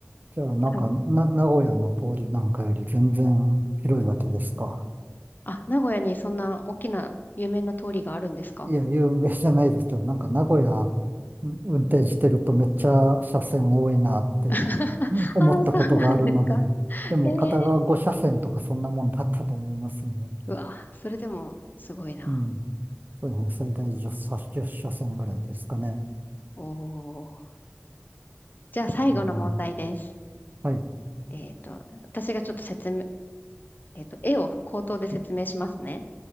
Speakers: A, on the right; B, on the left.
A: じゃあ、なんか、
B: はい
A: な、名古屋の通りなんかより全然広いわけですか。
B: あ、名古屋にそんな大きな有名な通りがあるんですか
A: いや、有名じゃないですけど、なんか名古屋ん運転してるとめっちゃ車線多いなって
B: <laughs>
A: <laughs> うん思ったことがあるので、
B: ああ、そうなんですか。
A: でも片側5車線とかそんなもんだったと思いますね。
B: ええうわ、それでもすごいな。
A: うん。そうですね。最大10車、さじゅう車線ぐらいですかね。
B: おお。じゃあ最後の問題です。
A: うん。はい。
B: えっと、私がちょっと説明、えっと、絵を口頭で説明しますね。